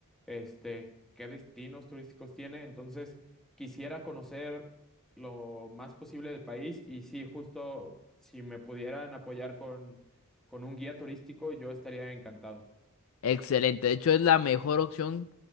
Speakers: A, in the centre; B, on the left.
A: este, qué destinos turísticos tiene. Entonces, quisiera conocer lo más posible del país. Y sí, justo si me pudieran apoyar con, con un guía turístico, yo estaría encantado.
B: Excelente, de hecho es la mejor opción